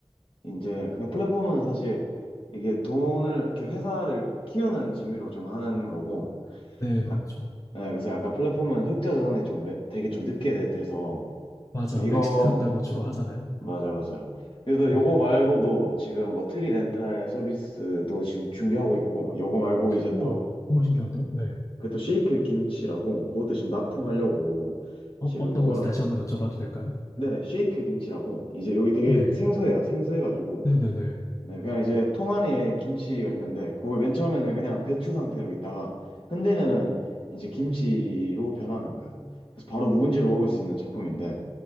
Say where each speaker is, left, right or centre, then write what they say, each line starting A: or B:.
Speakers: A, on the left; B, on the left.
A: 이제, 근데 플랫폼은 사실 이게 돈을, 이렇게 회사를 키우는 재미로 좀 하는 거고,
B: 네, 그렇죠.
A: 아, 네, 그래서 약간 플랫폼은 흑자 전환이 좀 매- 되게 좀 늦게 돼- 돼서,
B: 맞아요.
A: 그래서 이거
B: 엑시트 한다고 주로 하잖아요.
A: 맞아요, 맞아요. 그래서
B: 네.
A: 요거 말고도 지금 뭐 트리 렌탈 서비스도 지금 준비하고 있고, 요거 말고 이제
B: 와,
A: 또,
B: 정말 신기한데요? 네.
A: 그 또 쉐이크 김치라고, 그것도 지금 납품하려고,
B: 어,
A: 지금
B: 어떤
A: 요거는,
B: 건지 다시 한번 여쭤봐도 될까요?
A: 네네, 쉐이크 김치라고, 이제 여기 되게
B: 네.
A: 생소해요. 생소해가지고,
B: 네네네.
A: 네, 그냥 이제 통 안에 김치가 있는데, 그걸 맨 처음에는 그냥 배추 상태로 있다가, 흔들면은 이제 김치로 변하는 거예요. 그래서 바로 묵은지로 먹을 수 있는 제품인데,